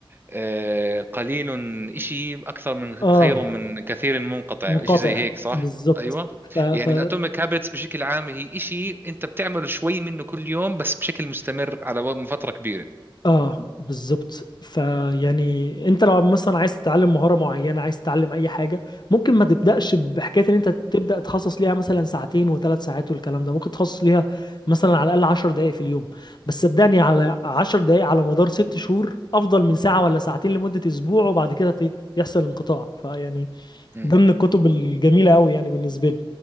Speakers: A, on the right; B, on the left.
A: آه، قليل اشي اكثر من
B: اه
A: خير من كثير منقطع
B: منقطع
A: اشي زي هيك صح
B: بالظبط
A: ايوه
B: ف... ف...
A: يعني الاتوميك هابتس بشكل عام هي اشي انت بتعمله شوي منه كل يوم بس بشكل مستمر على و- فترة كبيرة
B: اه بالظبط فيعني انت لو مثلا عايز تتعلم مهاره معينه عايز تتعلم اي حاجه ممكن ما تبداش بحكايه ان انت تبدا تخصص ليها مثلا ساعتين وثلاث ساعات والكلام ده ممكن تخصص ليها مثلا على الاقل 10 دقائق في اليوم بس صدقني على 10 دقائق على مدار ست شهور افضل من ساعه ولا ساعتين لمده اسبوع وبعد كده ت- يحصل انقطاع فيعني
A: مم.
B: ده من الكتب الجميلة أوي يعني بالنسبة لي